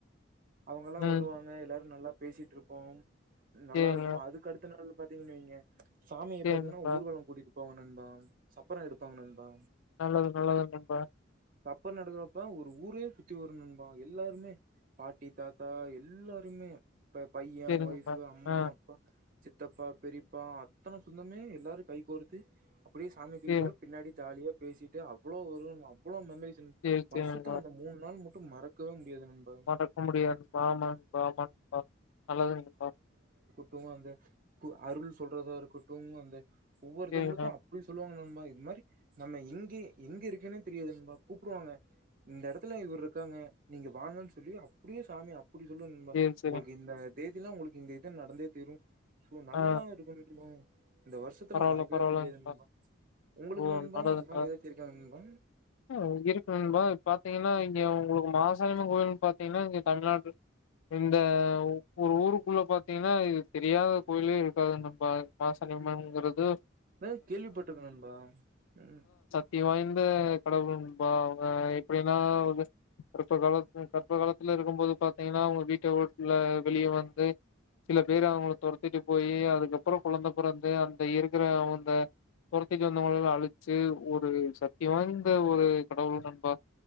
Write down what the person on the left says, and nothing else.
ம்
சேரிங்க
சேரி
நண்பா
நல்லது நல்லது நண்பா
சேரி
நண்பா
ஆ
சேரி
சேரி சேரி
நண்பா
மறக்க முடியாது பாமான் பாமான் பா நல்லது நண்பா
சேரிங்க
சேரி சேரிங்
ஆ
பரவால்ல
பரவால்லங்ப்பா
ஓ
நல்லதுங்க
ஓ இருக்கு நண்பா பாத்திங்கன்னா இங்க உங்களுக்கு மாசனியம்மன் கோயல் பாத்திங்கனா இங்க தமிழ்நாட்டு இந்த ஒரு ஊருக்குள்ள பாத்திங்னா இது தெரியாத கோயிலே இருக்காது நண்பா மாசணி அம்மன்ங்கிறது
சத்தி வாய்ந்த கடவுள் நண்பா அவுங்க எப்டினா அவுங்க கர்ப்ப காலத்து கர்ப்ப காலத்துல இருக்கும் போது பாத்திங்கனா அவுங்க வீட்ட ஓட்டுல வெளிய வந்து சில பேரு அவுங்கள தொரத்திட்டு போயி அதுக்கப்புற கொழந்த பிறந்து அந்த இருக்கற அந்த தொ த்திட்டு வந்தவங்கெளெல்லா அழிச்சு ஒரு சத்தி வாய்ந்த ஒரு கடவுள் நண்பா